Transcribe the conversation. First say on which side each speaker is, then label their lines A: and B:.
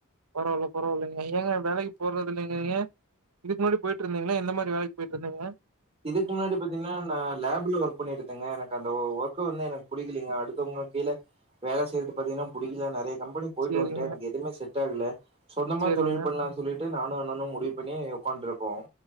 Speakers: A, on the right (about 80°); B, on the right (about 25°).
A: பரவால்ல பரவால்லைங்க ஏங்க வேலைக் போறதில்லைங்கிறீங்க இதுக்கு முன்னாடி போய்ட்ருந்தீங்களா எந்த மாரி வேலைக் போய்ட்ருந்தீங்க
B: இதுக்கு முன்னாடி பாத்தீங்னா நா லே ப்ல ஒர்க் பண்ணிட்தேங்க எனக்கு அந்த ஒர்க் வந்து எனக்கு புடிக்லீங்க அடுத்தவங்க கீழ வேல செய்யறது பாத்தீங்கன்னா புடிக்கல நறைய கம்பெனிக்கு போயிட்டு
A: சேரிங்க
B: வண்டன் எனக்கு எதுவுமே செட் ஆகல சொந்தமா
A: சேரிங்க
B: தொழில் பண்லாம் சொல்லிட்டு நானு அண்ணனு முடிவு பண்ணி உக்காண்ட்டு இருக்கோம்